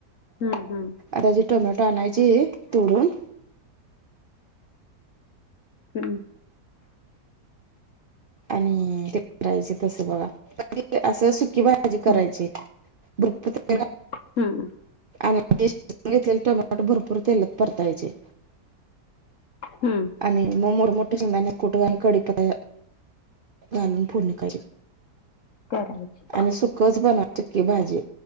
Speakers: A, on the left (about 60°); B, on the right (about 65°).
A: हम्म हम्म
B: आता जी टोमॅटो आणायची तोडून.
A: हम्म.
B: आणि ते करायचे तस बघा असं सुकी भाजी करायची.
A: हम्म
B: दु. <unintelligible>
A: हम्म.
B: आणि घेतलेले टोमॅटो भरपूर तेलात परतायचे.
A: हम्म.
B: आणि मग मोठमोठे शेगदााने कुठ आणि कडीपता घालून फोडणी का.
A: करायची
B: आणि सुकच बनवा सुकी भाजी